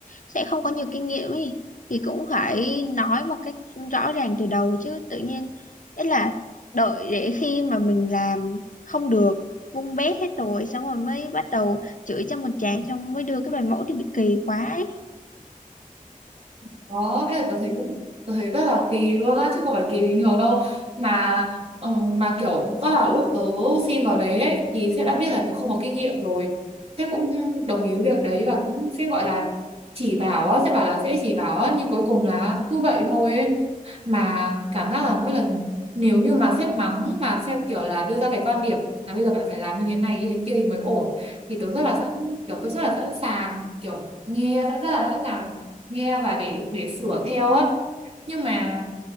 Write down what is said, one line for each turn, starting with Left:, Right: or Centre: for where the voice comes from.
Left: sẽ không có nhiều kinh nghiệm ấy thì cũng phải nói một cách rõ ràng từ đầu chứ tự nhiên ấy là đợi để khi mà mình làm không được bung bét hết rồi xong rồi mới bắt đầu chửi cho một tràng xong mới đưa cái bài mẫu đi bị kỳ quá ấy.
Right: Đó, ấy là tớ thấy cũng tớ thấy rất là kỳ luôn á chứ không phải kỳ bình thường đâu mà ừm, mà kiểu do là lúc tớ xin vào đấy ấy, thì sếp đã biết là tớ không có kinh nghiệm rồi sếp cũng đồng ý với việc đấy và cũng sếp gọi là chỉ bảo á sếp bảo là sẽ chỉ bảo á nhưng cuối cùng là cứ vậy thôi ấy mà cảm giác là mỗi lần nếu như mà sếp mắng mà sếp kiểu là đưa ra cái quan điểm là bây giờ bạn phải làm như thế này như thế kia thì mới ổn thì tớ rất là sẵn kiểu tớ rất là sẵn sàng kiểu nghe rất là sẵn sàng nghe và để để sửa theo á nhưng mà